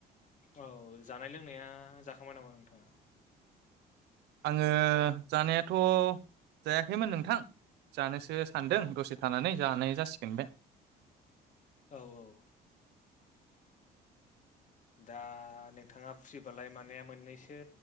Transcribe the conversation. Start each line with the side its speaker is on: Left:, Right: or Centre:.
Left: औ जानाय लोंनाया जाखांबाय नामा नोंथाङा?
Right: आङो जानायाथ' जायाखैमोन नोंथां। जानोसो सानदों
Left: औ
Right: दसे थानानै जानाय जासिगोन बे
Left: औ औ। दा नोंथाङा फ्रिबालाय माने मोननैसो